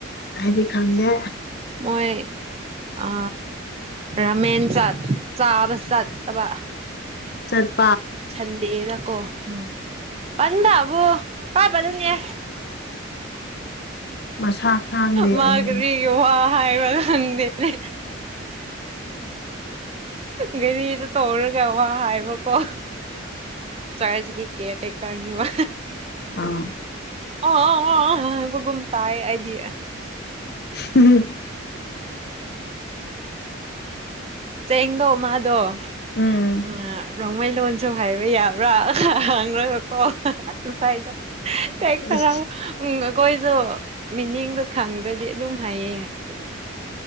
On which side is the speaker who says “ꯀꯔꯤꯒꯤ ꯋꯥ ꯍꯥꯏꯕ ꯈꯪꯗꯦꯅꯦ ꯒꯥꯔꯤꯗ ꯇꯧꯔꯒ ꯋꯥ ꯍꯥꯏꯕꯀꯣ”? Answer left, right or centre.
Right